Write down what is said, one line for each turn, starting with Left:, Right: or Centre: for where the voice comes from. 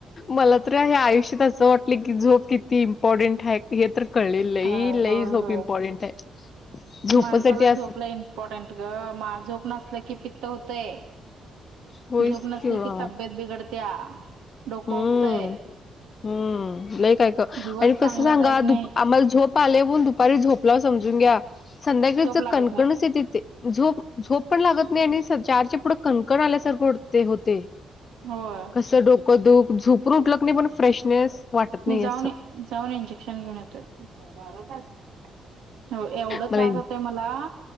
Left: मला तर या आयुष्यात असं वाटलं की झोप किती इम्पॉर्टंट हाय. हे तर कळले लई
Right: होय
Left: लई
Right: होय
Left: झोप
Right: होय.
Left: इंपार्टेंट आहे. झोपासाठी
Right: माणसाला
Left: अस
Right: झोप इम्पॉर्टंट गं, मा झोप नसलं की पित्त होतंय.
Left: होईच
Right: झोप नसली
Left: किंवा
Right: की तब्येत बिघडत्या. डोकं
Left: हम्म
Right: उठतंय
Left: हम्म लय काय का
Right: दिवस
Left: आणि
Right: चांगलं
Left: कसं सांगा
Right: जात नाही
Left: आम्हाला झोप पाले होउन दुपारी झोपलाव समजून घ्या संध्याकाळीच
Right: झोप लागत
Left: कणकणच
Right: नाही
Left: येते ते. झोप झोप पण लागत नाही आणि चारचे पुढं कणकण आल्यासारखंते होते
Right: होय
Left: कस डोक ब झूपरू उठलकनी पण फ्रेशनेस <unintelligible>
Right: मी जाऊन
Left: असं
Right: जाऊन इंजेक्शन घेऊन येतोय बारा तास हो एवढ
Left: मला
Right: त्रास होतय मला